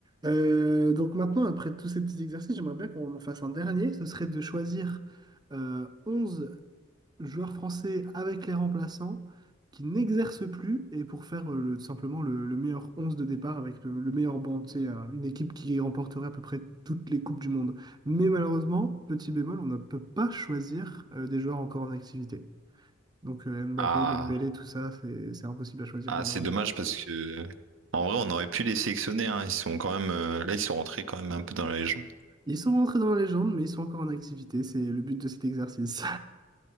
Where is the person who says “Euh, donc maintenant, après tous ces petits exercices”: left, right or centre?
Right